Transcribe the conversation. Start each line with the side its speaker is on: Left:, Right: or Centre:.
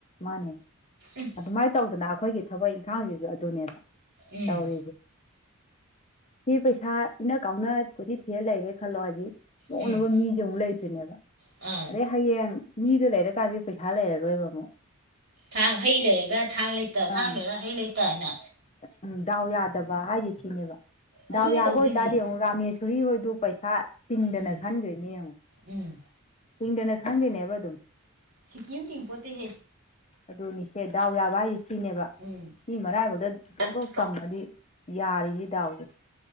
Left: ꯃꯥꯅꯦ
Right: ꯎꯝ
Left: ꯑꯗꯨꯃꯥꯏꯅ ꯇꯧꯗꯅ ꯑꯩꯈꯣꯏꯒꯤ ꯊꯕꯛ ꯏꯪꯈꯥꯡꯁꯤꯁꯨ ꯑꯗꯨꯅꯦꯕ
Right: ꯎꯝ
Left: ꯇꯧꯔꯤꯁꯦ ꯁꯤ ꯄꯩꯁꯥ ꯏꯟꯅꯥ ꯀꯥꯎꯅ ꯀꯣꯏ ꯊꯤꯔ ꯂꯩꯒꯦ ꯈꯜꯂꯣ ꯍꯧꯖꯤꯛ <unintelligible>
Right: ꯎꯝ
Left: ꯃꯤꯁꯦ ꯑꯃꯨꯛ ꯂꯩꯇ꯭ꯔꯤꯅꯦꯕ
Right: ꯑꯥ
Left: ꯑꯗꯩ ꯍꯌꯦꯡ ꯃꯤꯗꯨ ꯂꯩꯔꯀꯥꯟꯗꯤ ꯄꯩꯁꯥ ꯂꯩꯔꯔꯣꯏꯕ ꯑꯃꯨꯛ
Right: ꯊꯥꯡ ꯍꯩ ꯂꯩꯔꯒ ꯊꯥꯡ ꯂꯩꯇ ꯊꯥꯡ
Left: ꯑꯥ
Right: ꯂꯩꯔꯒ ꯍꯩ ꯂꯩꯇ ꯍꯥꯏꯅ
Left: ꯎꯝ ꯗꯥꯎ ꯌꯥꯗꯕ ꯍꯥꯏꯁꯦ ꯁꯤꯅꯦꯕ
Right: ꯑꯗꯨꯅꯦ
Left: ꯗꯥꯎ ꯌꯥꯕ
Right: ꯇꯧꯗꯣꯏꯁꯦ
Left: ꯑꯣꯏꯇꯥꯔꯗꯤ ꯑꯃꯨꯛ ꯔꯥꯃꯦꯁꯔꯤ ꯍꯣꯏꯗ ꯁꯥ ꯇꯤꯡꯗꯅ
Right: ꯎꯝ
Left: ꯈꯟꯈꯔꯤꯅꯤ ꯌꯦꯡꯉꯨ
Right: ꯎꯝ
Left: ꯇꯤꯡꯗꯅ ꯈꯟꯈꯤꯅꯦꯕ ꯑꯗꯨꯝ
Right: ꯁꯤꯀꯤꯝ ꯇꯤꯡꯄꯣꯠꯇꯍꯦ
Left: ꯑꯗꯨꯅꯤꯁꯦ ꯗꯥꯎ ꯌꯥꯕ ꯍꯥꯏꯁꯦ ꯁꯤꯅꯦꯕ
Right: ꯎꯝ
Left: ꯃꯤ ꯃꯔꯥꯏ ꯕꯛꯇꯥ ꯇꯣꯛ ꯇꯣꯀ
Right: ꯑꯩꯈꯣꯏꯁꯤꯅ
Left: ꯇꯝꯃꯗꯤ ꯌꯥꯔꯤꯅꯤ ꯗꯥꯎꯗꯣ